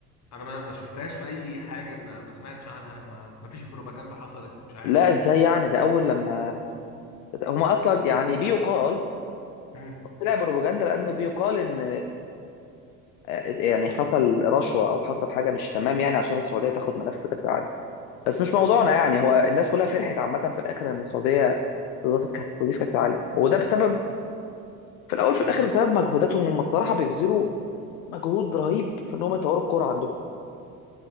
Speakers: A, on the left; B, on the left.
A: انا ما ما شفتهاش في اي حاجه ما, ما سمعتش عنها ما ما فيش بروباجندا حصلت مش عارف
B: لا ازاي يعني ده اول لما هما اصلا يعني بيقال
A: مم.
B: طلع بروباجندا لانه بيقال ان آه، يعني حصل رشوه او حصل حاجه مش تمام يعني عشان السعوديه تاخد ملف كاس العالم بس مش موضوعنا يعني هو الناس كلها فرحت عامه في الاخر ان السعوديه استضافت كانت تستضيف كاس العالم وده بسبب في الاول في الاخر
A: مم.
B: بسبب مجهوداتهم هم الصراحه بيبذلوا مجهود رهيب في ان هم يطوروا الكوره عندهم